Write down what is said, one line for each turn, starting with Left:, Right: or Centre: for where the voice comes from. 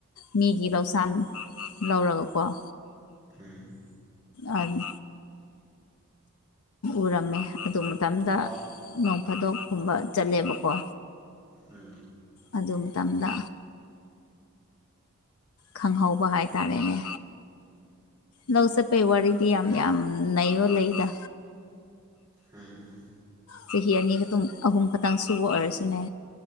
Left: ꯃꯤꯒꯤ ꯂꯧꯁꯥꯟ ꯂꯧꯔꯒ ꯀꫭ
Right: ꯎꯝ
Left: ꯑꯝ ꯎꯔꯝꯃꯦ ꯑꯗꯨ ꯃꯇꯝꯗ
Right: ꯑꯣ
Left: ꯅꯣꯡ ꯐꯥꯗꯣꯛꯀꯨꯝꯕ ꯆꯠꯂꯦꯕꯀꯣ
Right: ꯎꯝ
Left: ꯑꯗꯨ ꯃꯇꯝꯗ ꯈꯪꯍꯧꯕ ꯍꯥꯏꯇꯥꯔꯦꯅꯦ ꯂꯧꯁꯄꯩ ꯋꯥꯔꯤꯗꯤ ꯌꯥꯝ ꯌꯥꯝ ꯅꯩꯕ ꯂꯩꯗ
Right: ꯎꯝ
Left: ꯆꯍꯤ ꯑꯅꯤꯈꯛꯇꯪ ꯑꯍꯨꯝ ꯈꯛꯇꯪ ꯁꯨꯕ ꯑꯣꯏꯔꯁꯨꯅꯦ